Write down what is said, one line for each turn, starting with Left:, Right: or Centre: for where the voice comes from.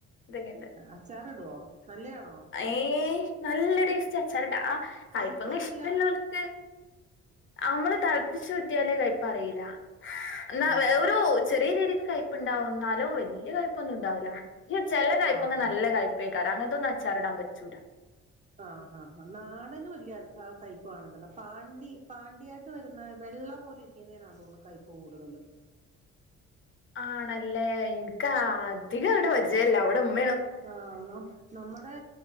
Left: ഇതൊക്കെണ്ട്
Right: അച്ചാറ് ഇടുവോ നല്ലയാണോ
Left: ഏയ് നല്ല ടേസ്റ്റ് അച്ചാറ്ടാ ആ കയ്
Right: കയ്പറിയില്ല
Left: പ്പങ്ങ ഇഷ്ടല്ലോൽക്ക് അമ്മള് തള്പ്പിചൂറ്റിയാല് കയ് പ്പ് അറീല എന്നാ
Right: ഓ
Left: വെ ഒരു ചെറിയ രീതിക്ക് കയ്പ്പുണ്ടാവും ഇന്നാലു വല്ല്യ കയ്പ്പൊന്നും ഇണ്ടാവുല ഹ് ചെല കയ്പ്പങ്ങ
Right: ആ
Left: നല്ല
Right: ആ
Left: കയ്പ്പെ ക്കാരം അങ്ങൻത്തൊന്നു അച്ചാറിടാൻ പറ്റൂല
Right: ആ ആ ഹാ നാടന് വല്ല്യ ആ കൈപ്പ് <unintelligible> പാണ്ടി പാണ്ടിയാട്ട് വരുന്ന വെള്ള പോല ഇരിക്കുന്നതിനാ തോൺണ് കൈപ്പ് കൂടുതലും
Left: ആണല്ലേ എനിക്ക് ആധികങ്ങട്ട് പരിചയല്ല ഇവിട ഇമ്
Right: ഹാ നമ് നമ്മടെ